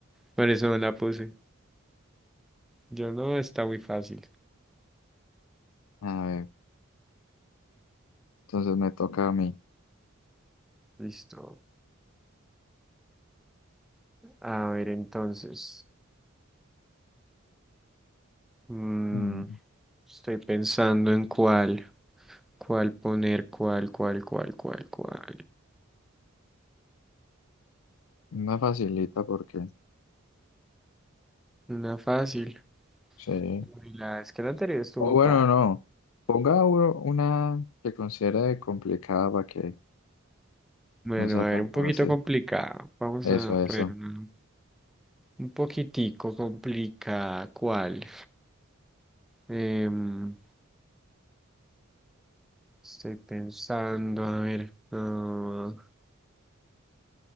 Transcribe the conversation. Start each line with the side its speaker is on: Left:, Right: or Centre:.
Centre: Por eso no la puse. Yo no, está muy fácil.
Left: A ver, entonces me toca a mí.
Centre: Listo. A ver, entonces. mm,
Left: Mm,
Centre: estoy pensando en cuál. ¿Cuál poner? ¿Cuál, cuál, cuál, cuál, cuál?
Left: Una facilita porque,
Centre: Una fácil.
Left: sí.
Centre: Uy, La vez que la anterior estuvo
Left: O bueno,
Centre: fa.
Left: no. Ponga uno- una que considere complicada para que
Centre: Bueno,
Left: no sea
Centre: a
Left: tan
Centre: ver, un
Left: fácil.
Centre: poquito complicado. Vamos
Left: Eso,
Centre: a
Left: eso.
Centre: poner una un poquitico complicada. ¿Cuál? Em, estoy pensando, a ver. ah,